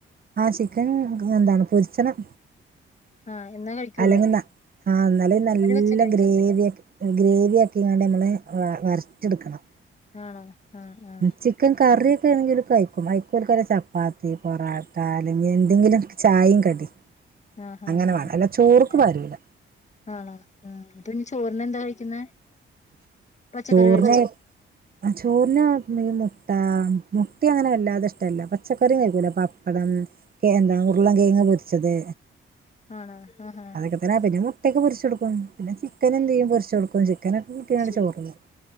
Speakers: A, on the right; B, on the left.
A: ആ ചിക്കൻ എന്താണ് പൊരിച്ചണം
B: ആ എന്നാ കഴിക്കുള്ളൂ
A: അല്ലെങ്കിൽ ആ എന്നാല് നല്ല
B: കറി വെച്ച കഴിക്കും
A: ഗ്രേവിയോക്കെ ഗ്രേവി ആക്കിയാണ്ട് നമ്മള് വരട്ടിയെടുക്കണം
B: ആണോ ആ ആ ആ
A: ചിക്കൻ കറി ഒക്കെ ആണെങ്കിൽഓല് കഴിക്കും അഴിക്കോൽക്കൊരു ചപ്പാത്തി പൊറാട്ട അല്ലങ്കിൽ എന്തെങ്കിലുമൊക്കെ ചായയും കടിയും
B: ആ
A: അങ്ങനെ വേണം അല്ലാതെ ചോർക്ക്
B: ആ
A: പാരൂല
B: ആണോ ആ പിന്നെ ചോറിന് എന്താ കഴിക്കുന്നെ പച്ചക്കറി
A: ചോറിന്
B: കഴിച്ചോളൂ
A: ആ ചോറിന് ഈ മുട്ട മുട്ട അങ്ങനെ വല്ലാതെ ഇഷ്ടല്ല പച്ചക്കറിയും കഴിക്കൂല പപ്പടം എന്താ ഉരുളം കിഴങ്ങ് പൊരി പൊരിച്ചത്
B: ആണോ ആ ആ
A: അതക്കെ തന്നെ
B: ആ
A: പിന്നെ മുട്ടയൊക്കെ പൊരിച്ച് പൊരിച്ചെടുക്കും പിന്നെ ചിക്കൻ എന്ത ചെയ്യും പൊരിച്ച് കൊടുക്കും ചിക്കനൊക്കെ കൂട്ടിയാണ്
B: ശരി
A: ചോറ് തിന്നത്